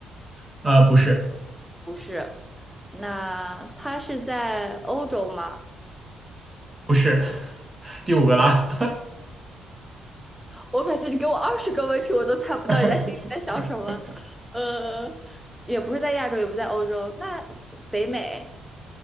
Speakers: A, on the right (about 15°); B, in the centre.
A: <laughs> 啊、不是
B: 不是。那它是在欧洲吗？
A: 不是，<laughs> 第五个啦，
B: 我感觉你给我二十个问题，我都猜不到你在心里在想什么。
A: <laughs>
B: 呃，也不是在亚洲，也不在欧洲，那北美，